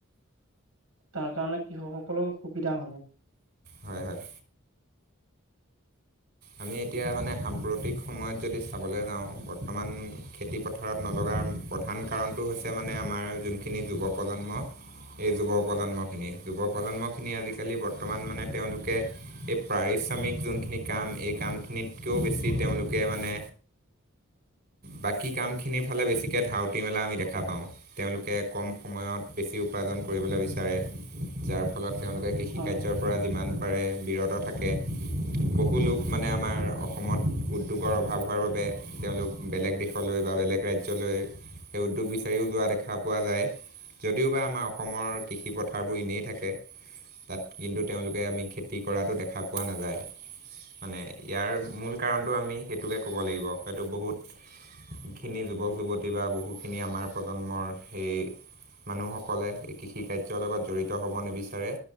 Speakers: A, on the right; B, on the right.
A: তাৰ কাৰণে কৃষকসকলৰ সুবিধা হ'ব।
B: হয় হয়। আমি এতিয়া মানে সাম্প্ৰতিক সময়ত যদি চাবলৈ যাওঁ বৰ্তমান খেতি পথাৰত নলগা প্ৰধান কাৰণটো হৈছে মানে আমাৰ যোনখিনি যুৱ প্ৰজন্ম এই যুৱ প্ৰজন্ম খিনি। যুৱ প্ৰজন্মক খিনি আজিকালি বৰ্তমান মানে তেওঁলোকে এই পাৰিশ্ৰমিক যোনখিনি কাম এই কামখিনিতকৈও বেছি তেওঁলোকে মানে বাকী কামখিনিৰ ফালে বেছিকৈ ধাউতি মেলা আমি দেখা পাওঁ। তেওঁলোকে কম সময়ত বেছি উপাৰ্জন। কৰিবলৈ বিচাৰে যাৰ ফলত। তেওঁলোকে কৃষিকাৰ্যৰ
A: হয়,
B: পৰা যিমান পাৰে বিৰত থাকে, বহু লোক মানে আমাৰ অসমত উদ্যোগৰ অভাৱ হোৱাৰ বাবে তেওঁলোক বেলেগ দেশলৈ বা বেলেগ ৰাজ্যলৈ। সেই উদ্যোগ বিচাৰিও যোৱা দেখা পোৱা যায়। যদিও বা আমাৰ অসমৰ কৃষি পথাৰবোৰ এনেই থাকে। তাত কিন্তু তেওঁলোকে আমি খেতি কৰাতো দেখা পোৱা নাযায়। মানে ইয়াৰ মূল কাৰণটো আমি সেইটোকে ক'ব লাগিব। হয়তো বহুত খিনি যুৱক যুৱতী বা বহুখিনি আমাৰ প্ৰজন্মৰ সেই মানুহসকলে এই কৃষি কাৰ্যৰ লগত জড়িত হ'ব নিবিচাৰে।